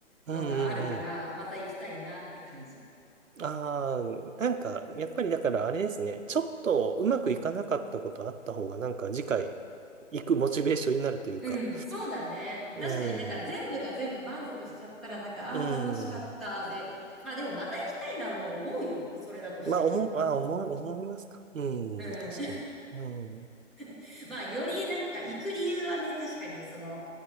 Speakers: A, on the right (about 80°); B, in the centre.
A: うんうんうん。
B: のがあるから、また行きたいなって感じ。
A: ああ、なんか、やっぱりだからあれですね。ちょっとうまくいかなかったことあった方が、なんか次回行くモチベーションになるというか。
B: うん、そうだね。
A: うん。
B: 確かになんか全部が全部満足しちゃったらなんか、
A: う
B: ああー、楽しかったで。
A: ん。
B: まあでもまた行きたいなも思うよ。それだとしても。
A: まあ、思う、あ、思う、思いますか。うん、
B: うん。
A: 確かに。うん。
B: <laughs> まあよりなんか行く理由はね、確かにその、